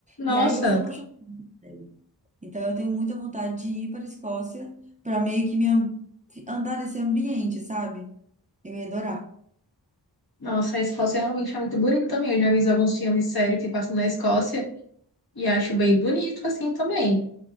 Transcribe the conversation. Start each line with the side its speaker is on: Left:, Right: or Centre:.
Left: Nossa,
Right: E aí eu sou apaixonada. por ele. Então eu tenho muita vontade de ir para a Escócia para meio que me am- andar nesse ambiente, sabe? Eu ia adorar.
Left: nossa, a Escócia realmente é muito bonita também. Eu já vi alguns filmes sérios que passam na Escócia e acho bem bonito, assim, também.